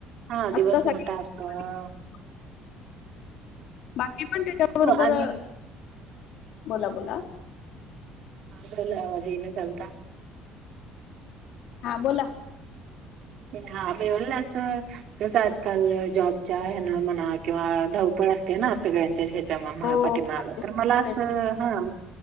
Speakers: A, on the right; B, on the left.
A: हा
B: आजचा
A: दिवस
B: सगळ्यात
A: मोठा असतो ह
B: दिवस बाकी पण त्याच्याबरोबर
A: हो आणि
B: बोला बोला
A: आोल आवाजेन झाचालता
B: हा बोला
A: हा मिळल अस तस आजकाल जॉबच्या ह म्हणा किंवा धावप अस ना सगळ्यांच्या्याच्या
B: हो
A: प्रतिमाला
B: होय
A: तर मला अस
B: होय
A: हा